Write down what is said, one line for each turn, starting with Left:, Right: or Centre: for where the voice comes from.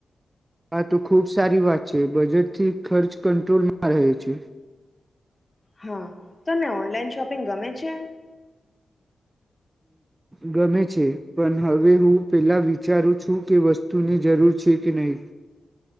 Right: આ તો ખૂબ સારી વાત છે બજેટથી ખર્ચ કંટ્રોલમાં રહે છે
Left: હા તને ઓનલાઈન શોપિંગ ગમે છે
Right: ગમે છે પણ હવે હું પેલા વિચારું છું કે વસ્તુની જરૂર છે કે નહી